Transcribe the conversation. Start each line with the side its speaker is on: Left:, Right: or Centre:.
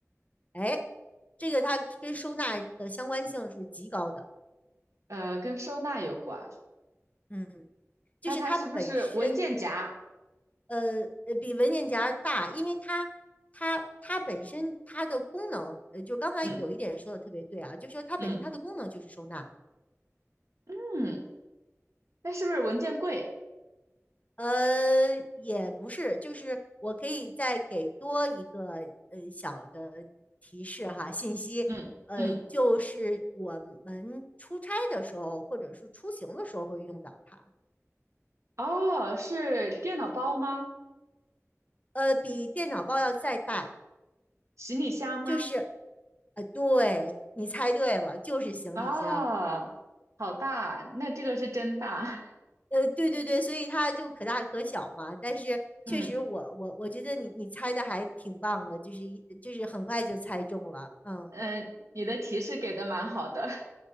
Left: 哎，这个它跟收纳的相关性是极高的，
Right: 呃，跟收纳有关。
Left: 嗯，就是它本身
Right: 那它是不是文件夹？
Left: 呃，呃比文件夹大，因为它它它本身它的功能，呃，就刚才有一点说的特别对啊，
Right: 嗯
Left: 就是说它本身它的功能就是收纳，
Right: 嗯嗯，那是不是文件柜？
Left: 呃，也不是，就是我可以再给多一个呃小的提示哈，信息，
Right: 嗯嗯。
Left: 呃，就是我们出差的时候或者是出行的时候会用到它，
Right: 哦，是电脑包吗？
Left: 呃，比电脑包要再大，
Right: 行李箱吗？
Left: 就是，呃，对，你猜对了，就是行李箱。
Right: 啊，好大，那这个是真大。
Left: 呃，对对对，所以它就可大可小嘛。但是确实我，
Right: <laughs> 嗯
Left: 我我觉得你你猜的还挺棒的，就是一就是很快就猜中了。嗯，
Right: 嗯，你的提示给的蛮好的。<laughs>